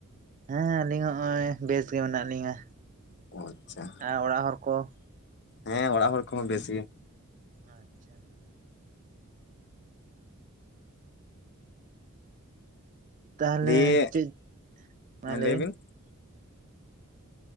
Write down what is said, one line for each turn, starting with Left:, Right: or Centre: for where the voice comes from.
Right: ᱦᱮᱸ ᱟᱹᱞᱤᱧ ᱦᱚᱸᱜ ᱚᱭ ᱵᱮᱥ ᱜᱮ ᱢᱮᱱᱟᱜ ᱞᱤᱧᱟ᱾
Left: ᱚ ᱟᱪᱪᱷᱟ᱾
Right: ᱮ ᱚᱲᱟᱜ ᱦᱚᱲ ᱠᱚ?
Left: ᱦᱮᱸ ᱚᱲᱟᱜ ᱦᱚᱲ ᱠᱚᱦᱚ ᱵᱮᱥ ᱜᱮ᱾
Right: ᱟᱪᱪᱷᱟ ᱾ ᱛᱟᱦᱚᱞᱮ
Left: ᱫᱤᱭᱮ
Right: ᱪᱮᱫ ᱢᱟ
Left: ᱦᱮᱸ
Right: ᱞᱮᱵᱤᱱ?
Left: ᱞᱟᱹᱭ ᱵᱤᱱ